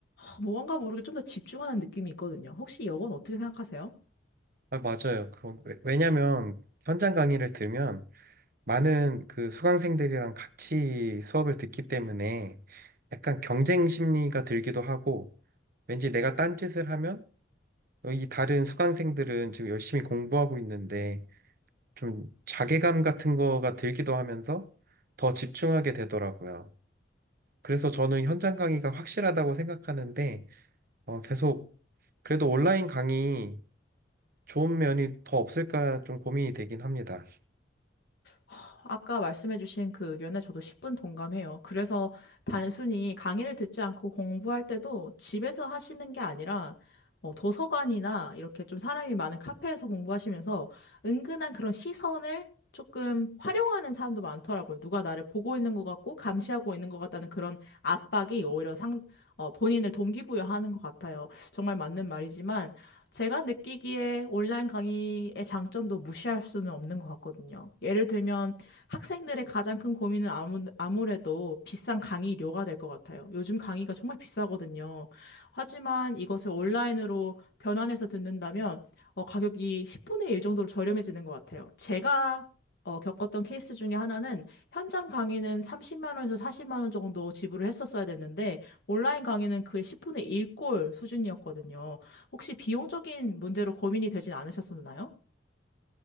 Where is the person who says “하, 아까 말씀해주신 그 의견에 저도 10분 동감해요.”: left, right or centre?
Left